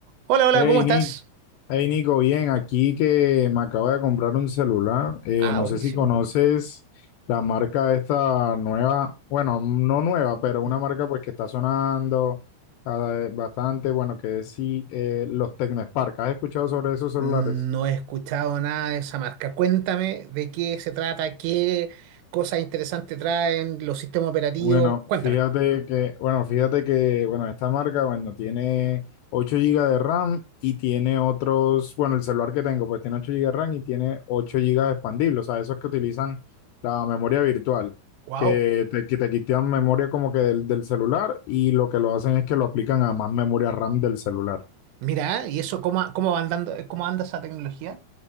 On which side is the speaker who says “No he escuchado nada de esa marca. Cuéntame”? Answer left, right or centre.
Right